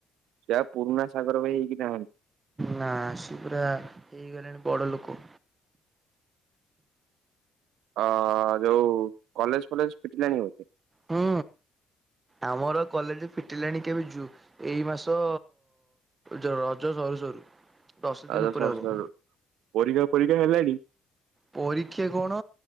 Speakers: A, on the right; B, on the right.
A: ସେ ପୁରୁଣା ସାଗର ଭାଇ ହେଇକି ନାହାନ୍ତି
B: ନା ସେ ପୁରା ହେଇଗଲେଣି ବଡ ଲୋକ
A: ଅ ଯୋଉ କଲେଜ ଫଲେଜ ଫିଟିଲାଣି ବୋଧେ
B: ହୁଁ ଆମର କଲେଜ ଫିଟିଲାଣି କେବେ ଯୁ ଏଇ ମାସ ରଜ ସରୁ ସରୁ ଦଶ ଦିନ
A: ଆ
B: ଉପରେ
A: ସ
B: ହବ।
A: ପରୀକ୍ଷା ଫରୀକ୍ଷା ହେଲାଣି?
B: ପରୀକ୍ଷା କଣ